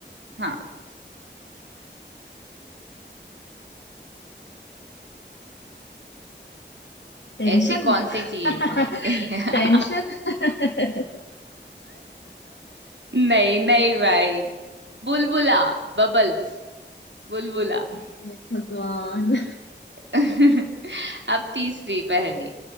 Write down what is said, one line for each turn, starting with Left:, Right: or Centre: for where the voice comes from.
Right: हाँ
Left: टेंशन
Right: ऐसी कौन सी चीज
Left: <laughs>
Right: है <laughs>
Left: टेंशन <laughs>
Right: नहीं नहीं भाई बुलबुला बबल्स बुलबुला
Left: हे भगवान
Right: <laughs> अब तीसरी पहेली